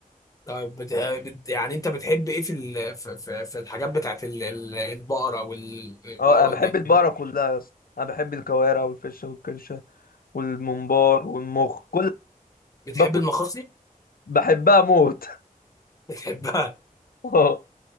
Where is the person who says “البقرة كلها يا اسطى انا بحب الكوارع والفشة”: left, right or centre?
Left